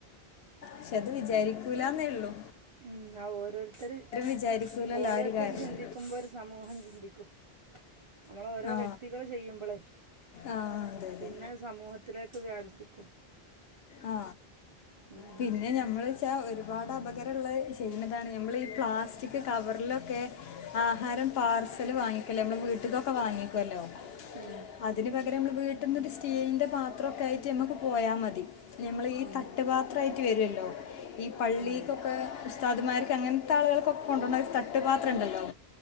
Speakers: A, on the left; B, on the right.
A: ക്ഷെ അത് വിചാരിക്കൂലാന്നെ ഉള്ളു
B: ഉം ആ ഓരോരുത്തര്
A: വിചാരിക്കൂലല്ലോ
B: ഓരോരുത്തര്
A: ആ ഒരു കാരണം
B: ചിന്തിക്കുമ്പോ സമൂഹം ചിന്തിക്കും നമ്മള് ഓരോ
A: ആ
B: വ്യക്തികള് ചെയ്യുമ്പളെ
A: ആ അതെ അതെ
B: പിന്നെ സമൂഹത്തിലെക്ക് വ്യാപിപ്പിക്കും
A: ആ
B: ഉം
A: പിന്നെ ഞമ്മള് ച്ചാ ഒരുപാട് അപകരള്ളെ ചെയ്യ്ണതാണ് നമ്മളി പ്ലാസ്റ്റിക് കവറിലൊക്കെ ആഹാരം പാർസൽ വാങ്ങിക്കല്ലേ നമ്മൾ വീട്ടിക്കൊക്കെ വാങ്ങിക്കല്ലോ
B: ഉം
A: അതിന് പകരം മ്മള് വീട്ട്ന്നൊരു സ്റ്റീലിന്റെ പാത്രൊക്കെ ആയിട്ട് നമ്മക്ക് പോയാ മതി ഞമ്മൾ ഈ
B: ഉം
A: തട്ടുപാത്രആയിട്ട് വരു ല്ലോ ഈ പള്ളീക്കൊക്കെ
B: ഉം
A: ഉസ്താദ്മാർക്ക് അങ്ങൻത്തെ ആളുകൾക്കൊക്കെ കൊണ്ടൊണൊ ഒരു തട്ടുപാത്രണ്ടല്ലോ